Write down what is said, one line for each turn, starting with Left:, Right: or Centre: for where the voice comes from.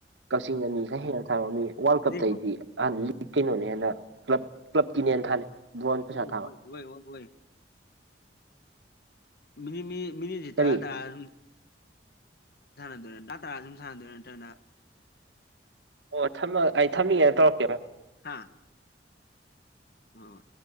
Right: ꯀꯛꯆꯤꯡꯗ ꯃꯤ ꯈꯔ ꯍꯦꯟꯅ ꯊꯥꯕ ꯃꯤ ꯋꯥꯔꯜ ꯀꯞꯇꯩꯗꯤ
Left: ꯑꯗꯩ ꯁꯨꯝ
Right: ꯑꯍ ꯂꯤ ꯀꯩꯅꯣꯅ ꯍꯦꯟꯅ ꯀ꯭ꯂꯕ ꯀ꯭ꯂꯕꯀꯤꯅꯦ ꯊꯥꯅꯩ ꯕꯣꯜ ꯄꯩꯁꯥ
Left: ꯑꯗꯩ
Right: ꯊꯥꯕ
Left: ꯍꯣꯏ ꯍꯣꯏ ꯍꯣꯏ ꯍꯣꯏ ꯃꯤꯅꯤꯠ ꯃꯤ ꯃꯤꯅꯤꯠꯇꯤ
Right: ꯀꯔꯤ
Left: ꯇꯥ ꯇꯥ ꯑꯗꯨꯝ ꯁꯥꯟꯅꯗꯣꯢꯔ ꯇꯥꯇꯥꯔ ꯑꯗꯨꯝ ꯁꯥꯟꯅꯗꯣꯔ ꯅꯠꯇ꯭ꯔꯒꯅ
Right: ꯑꯣ ꯊꯝꯃꯣ ꯑꯩ ꯊꯝꯃꯒ ꯇꯧꯔꯛꯀꯦ
Left: ꯍꯥꯥ ꯍꯣꯢ